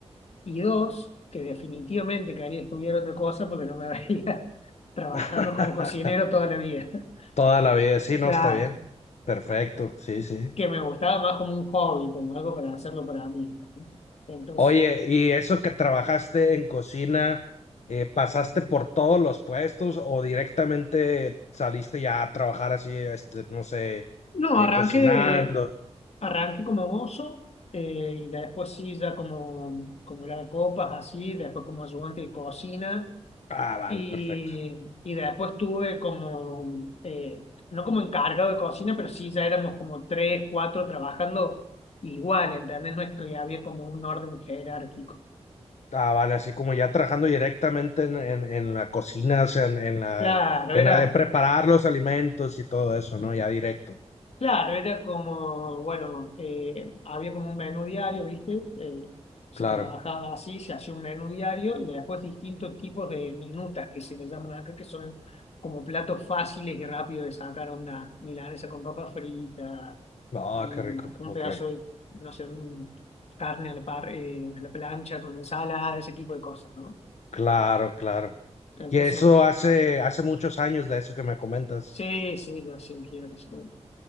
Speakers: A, on the left (about 70°); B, on the left (about 80°).
A: y dos, que definitivamente quería estudiar otra cosa porque no me veía <laughs> trabajando
B: <laughs>
A: como cocinero toda la vida.
B: Toda
A: <laughs>
B: la vida, sí, no,
A: Claro,
B: está bien. Perfecto, sí, sí.
A: que me gustaba más como un hobby, como algo para hacerlo para mí. ¿entendés? Entonces,
B: Oye, y eso que trabajaste en cocina, eh, ¿pasaste por todos los puestos o directamente saliste ya a trabajar así, este, no sé,
A: no,
B: eh,
A: arranqué,
B: cocinando?
A: arranqué como mozo eh, y después sí, ya como, como la copas, así, después como ayudante de cocina
B: Ah, vale,
A: Y,
B: perfecto.
A: y después tuve como, eh, no como encargado de cocina, pero sí ya éramos como tres, cuatro trabajando igual, ¿entendés? No es que había como un orden jerárquico.
B: Ah, vale, así como ya trabajando directamente en, en- en la cocina, o sea, en, en la,
A: Claro,
B: en
A: era,
B: la de preparar los alimentos y todo eso, ¿no? Ya directo,
A: claro, era como, bueno, eh, había como un menú diario, ¿viste? Eh, se
B: claro.
A: trabajaba así, se hacía un menú diario y después distintos tipos de minutas que se les llaman acá, que son como platos fáciles y rápidos de sacar onda, milanesa con papa frita
B: Ah,
A: un,
B: qué rico,
A: un
B: ok.
A: pedazo de, no sé, un carne a la, par- eh, a la plancha con ensalada, ese tipo de cosas, ¿no?
B: Claro, claro.
A: Entonces,
B: Y eso hace, hace muchos años de eso que me comentas.
A: sí, sí, yo sí, imagínate, son